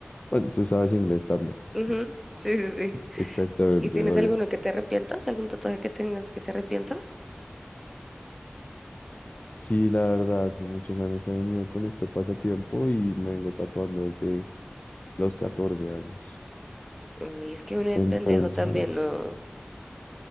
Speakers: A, on the left; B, in the centre.
A: bueno, tú sabes inglés también,
B: Ujú, Sí, sí, sí.
A: exactamente,
B: ¿Y tienes
A: oye.
B: alguno que te arrepientas? ¿Algún tatuaje que tengas que te arrepientas?
A: Sí, la verdad, hace muchos años he venido con este pasatiempo y me vengo tatuando desde los 14 años.
B: Uy, es que uno de
A: Entonces,
B: pendejo también, no.